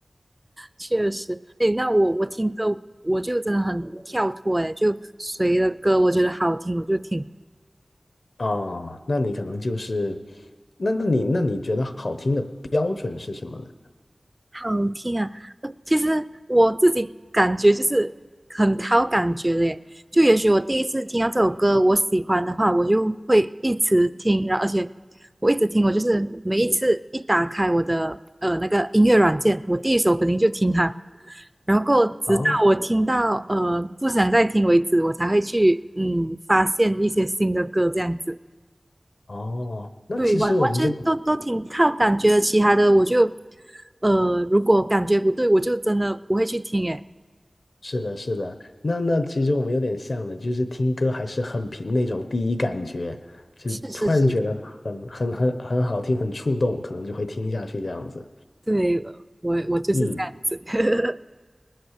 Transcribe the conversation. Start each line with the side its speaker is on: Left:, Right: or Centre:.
Right: 确实，哎，那我我听歌，我就真的很跳脱，哎，就谁的歌我觉得好听，我就听，
Left: 啊。那你可能就是，那那你那你觉得好听的标准是什么呢？
Right: 好听啊。呃其实我自己感觉就是很靠感觉的，耶，就也许我第一次听到这首歌，我喜欢的话，我就会一直听，然后而且我一直听，我就是每一次一打开我的呃那个音乐软件，我第一首肯定就听它，然后直到我听到呃不想再听为止，
Left: 哦
Right: 我才会去嗯发现一些新的歌这样子。
Left: 哦，那其实我们这
Right: 对，完完全都都挺靠感觉的，其他的我就呃如果感觉不对，我就真的不会去听。诶，
Left: 是的，是的，那那其实我们有点像的，就是听歌还是很凭那种第一感觉，就突然觉得很很很很好听，
Right: 是是是，
Left: 很触动，可能就会听下去这样子。
Right: 对，呃我我就是这样子。
Left: 嗯。
Right: <laughs>